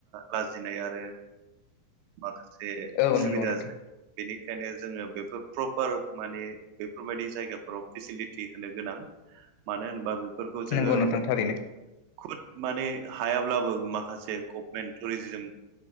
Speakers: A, on the right; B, on the left.
A: लाजिनाय आरो माखासे से
B: औ
A: असुबिदा
B: नंगौ नोंथां
A: बेनि बेखायनो जोङो बेफोर प्रपार माने बेफोरबायदि जायगाफोराव फेसिलिटि <unintelligible>
B: नंगौ नोंथां थारैनो
A: खुद माने हायाब्लाबो माखासे गभमेन्ट टुरिजोम